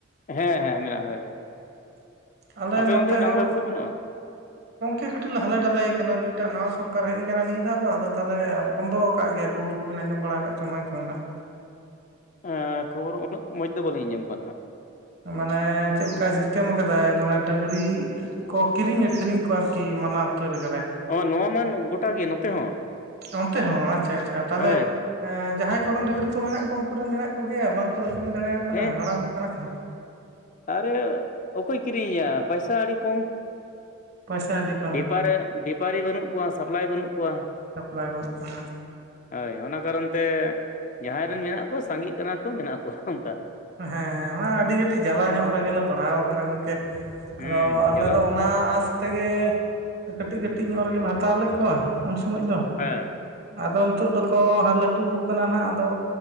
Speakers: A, on the left (about 40°); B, on the right (about 50°).
A: ᱦᱮᱸ ᱦᱮᱸ ᱢᱮᱱᱟᱜ-ᱟ ᱦᱳᱭ
B: ᱟᱞᱮ
A: ᱟᱯᱮ
B: ᱱᱚᱛᱮ
A: ᱚᱱᱛᱮ ᱰᱟᱝᱨᱟ
B: ᱦᱚᱸ
A: ᱠᱚᱫᱚ ᱵᱟᱹᱱᱩᱜᱼᱟ
B: ᱜᱚᱝᱠᱮ ᱠᱟᱹᱴᱤᱡ ᱞᱮ ᱦᱟᱞᱮ ᱰᱟᱞᱮ ᱠᱟᱱᱟ ᱱᱩᱭᱴᱟᱜ ᱱᱟᱣᱟ ᱥᱚᱨᱠᱟᱨ ᱦᱮᱡ ᱠᱟᱱᱟᱭ ᱱᱤᱭᱟᱹ ᱫᱷᱟᱣ ᱫᱚ ᱟᱫᱚ ᱛᱟᱦᱚᱞᱮ ᱵᱚᱱᱫᱚ ᱠᱟᱫ ᱜᱮᱭᱟ ᱟᱸᱡᱚᱢ ᱵᱟᱲᱟ ᱠᱟᱫ ᱪᱚᱝ ᱵᱟᱝ ᱪᱚᱝ ᱦᱟᱸᱜ
A: ᱮ ᱠᱷᱚᱵᱚᱨ ᱩᱱᱟᱹᱜ ᱢᱚᱸᱡᱽ ᱫᱚ ᱵᱟᱹᱞᱤᱧ ᱟᱸᱡᱚᱢ ᱠᱟᱱᱟ ᱦᱟᱸᱜ
B: ᱢᱟᱱᱮ ᱪᱮᱫᱞᱮᱠᱟᱭ ᱥᱤᱥᱴᱮᱢ ᱠᱟᱫᱟᱭ ᱢᱟᱱᱮ ᱰᱟᱝᱨᱤ ᱠᱚ ᱠᱤᱨᱤᱧ ᱟᱹᱠᱷᱨᱤᱧ ᱠᱚ ᱟᱨᱠᱤ ᱢᱟᱱᱟᱣ ᱩᱛᱟᱹᱨ ᱠᱟᱫᱟᱭ
A: ᱚ ᱱᱚᱣᱟ ᱢᱟ ᱜᱚᱴᱟ ᱜᱮ ᱱᱚᱛᱮ ᱦᱚᱸ
B: ᱚᱱᱛᱮ ᱦᱚᱸ ᱟᱪᱪᱷᱟ ᱟᱪᱪᱷᱟ ᱛᱟᱦᱞᱮ
A: ᱦᱳᱭ ᱦᱳᱭ
B: ᱮ ᱡᱟᱦᱟᱭ ᱠᱚᱨᱮᱱ ᱰᱟᱹᱝᱨᱤ ᱠᱚ ᱢᱮᱱᱟᱜ ᱠᱚᱣᱟ ᱩᱱᱠᱩ ᱨᱮᱱ ᱢᱮᱱᱟᱜ ᱠᱚᱜᱮᱭᱟ ᱵᱟᱝᱠᱚ ᱟᱹᱠᱷᱨᱤᱧ ᱫᱟᱲᱮ ᱭᱟᱠᱚ ᱠᱟᱱᱟ
A: ᱦᱮᱸ
B: ᱦᱟᱲᱟᱢᱚᱜ ᱠᱟᱱᱟ ᱠᱚ᱾
A: ᱟᱨᱮ ᱚᱠᱚᱭ ᱠᱤᱨᱤᱧᱮᱭᱟ ᱯᱚᱭᱥᱟ ᱟᱹᱰᱤ ᱠᱚᱢ
B: ᱯᱚᱭᱥᱟ ᱟᱹᱰᱤ ᱠᱩ
A: ᱵᱮᱯᱟᱨᱮ ᱵᱮᱯᱟᱨᱤ ᱵᱟᱹᱱᱩᱜ ᱠᱚᱣᱟ ᱥᱟᱯᱞᱟᱭ ᱵᱟᱹᱱᱩᱜ ᱠᱚᱣᱟ
B: ᱥᱟᱯᱞᱟᱭ ᱵᱟᱹᱱᱩᱜ ᱛᱟᱦᱟ
A: ᱦᱳᱭ ᱚᱱᱟ ᱫᱚ ᱚᱱᱛᱮ ᱡᱟᱦᱟᱸᱭ ᱨᱮᱱ ᱢᱮᱱᱟᱜ ᱠᱚᱣᱟ ᱥᱟᱜᱤᱜ ᱠᱟᱱᱟ ᱠᱚ ᱢᱮᱱᱟᱜ ᱠᱚᱣᱟ ᱚᱱᱠᱟ
B: ᱦᱮ ᱚᱱᱟ ᱟᱹᱰᱤ ᱜᱟᱴ ᱛᱤ ᱡᱟᱞᱟ ᱧᱚᱜ ᱨᱮᱜᱮ ᱞᱮ ᱯᱟᱲᱟᱣ ᱟᱠᱟᱱᱟ ᱜᱚᱝᱠᱮ
A: ᱦᱩᱸ
B: ᱟᱫᱚ ᱟᱞᱮᱫᱚ
A: ᱡᱟᱞᱟ ᱫᱚ
B: ᱚᱱᱟ ᱟᱥ ᱛᱮᱜᱮ ᱠᱟᱹᱴᱤᱡ ᱠᱟᱹᱴᱤᱡ ᱧᱚᱜ ᱨᱮᱜᱮᱞᱮ ᱦᱟᱛᱟᱣ ᱞᱮᱫ ᱠᱚᱣᱟ ᱩᱱ ᱥᱚᱢᱚᱭ ᱫᱚ᱾
A: ᱦᱮ
B: ᱟᱫᱚ ᱱᱤᱛᱚᱜ ᱫᱚᱠᱚ ᱦᱟᱨ ᱞᱟᱴᱩ ᱠᱟᱱᱟ ᱱᱟᱦᱟᱜ ᱟᱫᱚ